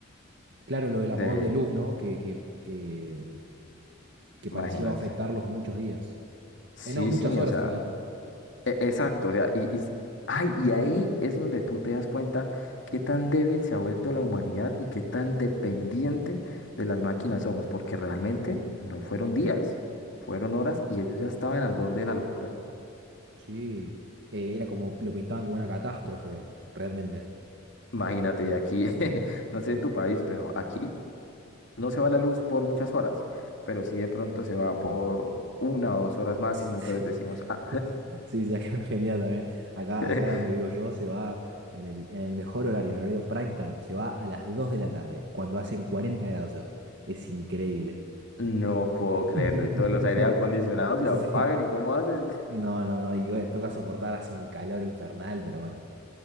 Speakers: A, on the right; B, on the left.
A: Claro, lo del apagón
B: De,
A: de luz, ¿no? Que, que, que que pareció
B: imagínate.
A: afectarlos muchos días.
B: Sí,
A: Eh, no, muchas
B: sí,
A: horas
B: o sea.
A: en realidad fue.
B: E- Exacto, o sea, y, y, ay, y ahí es donde tú te das cuenta qué tan débil se ha vuelto la humanidad y qué tan dependiente de las máquinas somos, porque realmente no fueron días, fueron horas y ellos ya estaban al borde de la locura.
A: Sí, eh, era como lo pintaban como una catástrofe, realmente.
B: Imagínate, y aquí, <laughs> no sé en tu país, pero aquí no se va la luz por muchas horas, pero sí de pronto se va por una o dos horas máximo,
A: <laughs>
B: entonces decimos, ah,
A: Sí, sí, sí, acá en Argentina también. Acá,
B: <laughs>
A: acá donde vivo yo se va en el, en el mejor horario, el horario prime time. Se va a las 2 de la tarde, cuando hacen 40 grados. o sea, es increíble.
B: no puedo creerlo,
A: <laughs>
B: y todos los aire acondicionados
A: Entonces,
B: se apagan,
A: sí.
B: ¿y cómo haces?
A: No, no, no. Y bueno, toca soportar, hace un calor infernal, pero